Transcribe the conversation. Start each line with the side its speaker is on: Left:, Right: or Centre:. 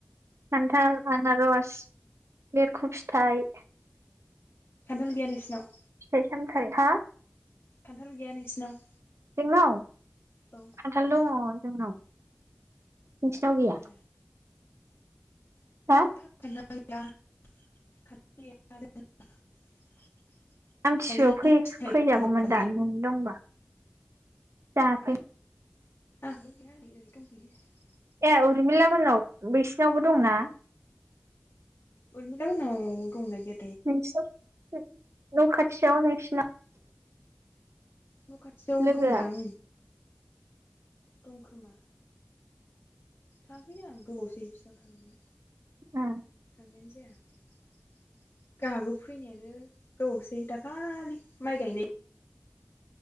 Right: खान्थाल आनारस बेरखु फिथाइ
Left: खान्थाल गैया नोंसिनाव
Right: <unintelligible>
Left: खान्थाल गैया नोंसिनाव
Right: जोंनाव
Left: औ
Right: खानथाल दङ जोंनाव नोंसिनाव गैया
Left: ए <unintelligible>
Right: हा
Left: <unintelligible>
Right: आमथिसुआयाव
Left: थाइजौ
Right: फै
Left: फिथाइ
Right: फैजागौमोन
Left: दंमोन ओमफ्राय
Right: दा नआव दंबा जाफै
Left: <unintelligible>
Right: ए उरमिलामोननाव बिसिनावबो दंना
Left: उरमिलामोनाव दं ना गैया
Right: <unintelligible> <unintelligible>
Left: न खाथियाव
Right: लोगोआ
Left: दंदां दं खोमा थांआखैना आं गोबावसै बिसिनाव थांयिआ
Right: उम
Left: <unintelligible> गहाबो फैनायानो गोबावसै दाखालि माइ गायनाय